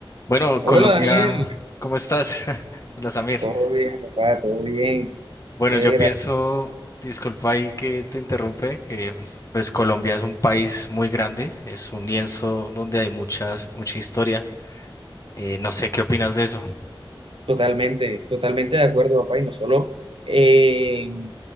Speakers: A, on the left (about 35°); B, on the right (about 75°).
A: Bueno, Colombia,
B: Hola Daniel,
A: ¿cómo estás? <laughs> Hola Samir.
B: todo bien, papá, todo bien.
A: Bueno,
B: Lera,
A: yo pienso, disculpa ahí que te interrumpe, que pues Colombia es un país muy grande, es un lienzo donde hay muchas, mucha historia. Eh, no sé qué opinas de eso.
B: totalmente, totalmente de acuerdo, papá, y no solo en,